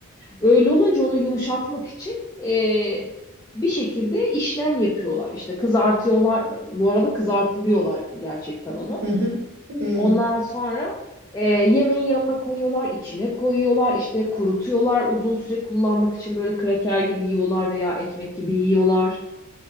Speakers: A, on the left; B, on the right.
A: Öyle olunca onu yumuşatmak için e, bir şekilde işlem yapıyorlar. İşte kızartıyorlar. Bu arada kızartılıyorlar gerçekten onu.
B: Hı hı. Hmm.
A: Ondan sonra e, yemeğin yanına koyuyorlar, içine koyuyorlar, işte kurutuyorlar. Uzun süre kullanmak için böyle kraker gibi yiyorlar veya ekmek gibi yiyorlar.